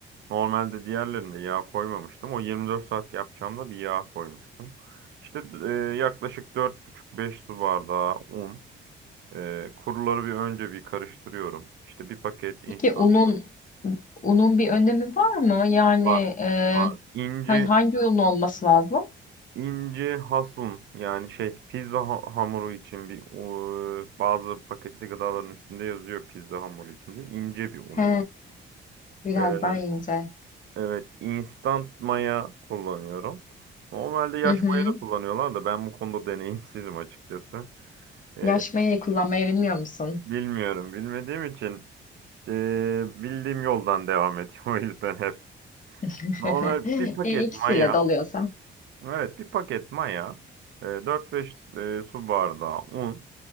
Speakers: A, on the right; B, on the left.
A: normalde diğerlerinde yağ koymamıştım. O 24 saat yapacağımda bir yağ koymuştum. İşte e, yaklaşık buçuk beş su bardağı un. Ee, kuruları bir önce bir karıştırıyorum. İşte bir paket instant
B: Peki unun unun bir önemi var mı? Yani
A: var.
B: e,
A: Var. İnce
B: hani hangi un olması lazım?
A: ince hasun yani şey pizza ha- hamuru için bir o, bazı paketli gıdaların üstünde yazıyor pizza hamuru için diye ince bir un
B: He,
A: oluyor.
B: biraz
A: Ee,
B: daha ince.
A: evet instant maya kullanıyorum. Normalde yaş
B: Hı hı.
A: maya da kullanıyorlar da ben bu konuda deneyimsizim açıkçası. Ee,
B: Yaşmayı kullanmayı bilmiyor musun?
A: bilmiyorum bilmediğim için ee, bildiğim yoldan devam ediyorum <laughs> o yüzden hep.
B: <laughs>
A: Normal bir paket
B: E, ikisiyle
A: maya.
B: de oluyorsa.
A: Evet bir paket maya. e, 4-5 e, su bardağı un.